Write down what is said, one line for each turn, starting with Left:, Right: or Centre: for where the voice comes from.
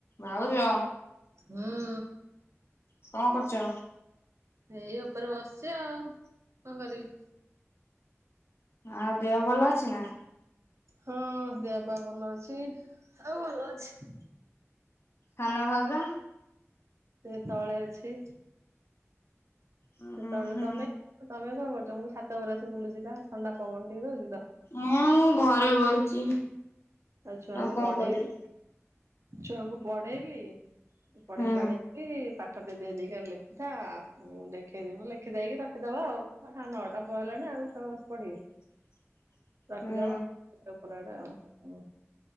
Left: ଭାଉଜ।
Right: ହଁ।
Left: କଣ କରୁଚ।
Right: ଏଇ ଉପରେ ବସିଛି ଆଉ କଣ କରିବି?
Left: ଆ ଦେହ ଭଲ ଅଛି ନା?
Right: ହଁ ଦେହପାଭଲ ଅଛି ଆଉ ଭଲ ଅଛି।
Left: ସାନ ଭାଉଜ।
Right: ସେ ତଳେ ଅଛି।
Left: ଉଁ
Right: ସେତେବେଳେ
Left: ହୁଁ
Right: ତମେ ତମେ କଣ କରୁଛ ମୁ ଛାତ ଉପରେ ଆସ ବୁଲୁ ଯିବା ଥଣ୍ଡା ପବନ ଟିକେ ଦଉଛି ତ।
Left: ହଁ ମୁଁ ଘରେ ବଇଚି।
Right: ଆଉ ଛୁଆଙ୍କୁ
Left: କଣ
Right: ପଢେଇଲି
Left: କରିବି
Right: ଛୁଆଙ୍କୁ ପଢେଇଲି ପଢେଇ
Left: ହୁଁ।
Right: ପଢେଇ କିପାଖ ଆଠଟିେ ଦେଇେଇକି ଆଉ ଲେଖୁଥା ଦେଖେଇଦିବୁ ଲେଖିଦେଇକି ରଖିଦବା ଆଉ ହ ନଅଟା ପହେଲାଣି ଆଉ। ତ ବସି ପଡିବେ
Left: <unintelligible>
Right: ରଖିଦବା
Left: ହୁଁ
Right: ଉପରାଟେ ଆଉ ହଁ।